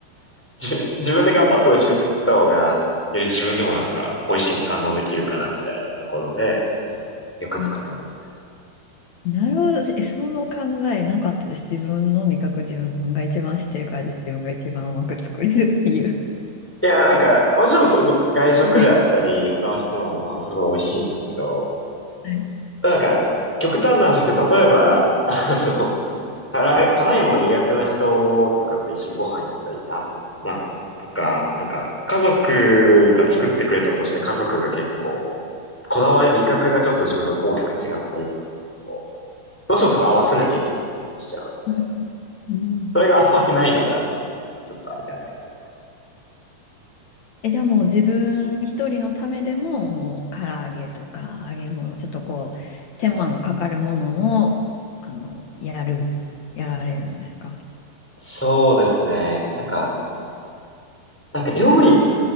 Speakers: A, in the centre; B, on the left (about 55°).
A: じ自分で頑張って美味しく作った方が、より自分でもなんか、美味しいって感動できるかなみたいなところで、よく作ってますね。
B: うんなるほど。え、その考えなかったです。自分の味覚、自分が一番知ってるから自分が一番うまく作れるっていう。
A: いや、なんか、もちろんそご外食であったり、
B: <laughs>
A: 他の人のご飯もすごい美味しいんですけど、
B: はい。
A: なんか、極端な話ですけど、例えば、あの、辛い、辛いもの苦手な人とかと一緒にご飯行ったり、あ、まあ、とか、なんか、家族が作ってくれたとして、家族が結構、こだわり、味覚がちょっと自分と大きく違ったりとかすると、どうしてもそこ合わせなきゃいけなかったりしちゃうので、
B: はい。うんうん
A: それがあんまりないのが、ちょっとありがたいというか。
B: え、じゃあもう自分一人のためでも、もう唐揚げとか揚げ物、ちょっとこう、手間のかかるものも、あの、やる、やられるんですか
A: そうですね。なんか、なんか料理、